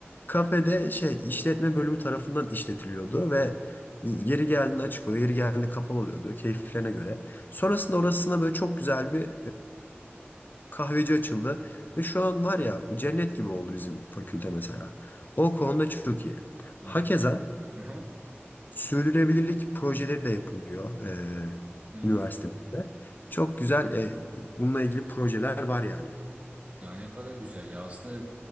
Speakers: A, on the left (about 45°); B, on the right (about 35°).
A: kafede şey işletme bölümü tarafından işletiliyordu ve Yeri geldiğinde açık oluyor, yeri geldiğinde kapalı oluyordu keyiflerine göre. Sonrasında orasına böyle çok güzel bir kahveci açıldı. Ve şu an var ya cennet gibi oldu bizim fakülte mesela. O konuda çok iyi.
B: Yani.
A: Hakeza
B: Aha.
A: sürdürülebilirlik projeleri de yapılıyor e,
B: Hmm.
A: üniversitede. Çok güzel e, bununla ilgili projeler var yani.
B: Yani ne kadar güzel ya. Aslında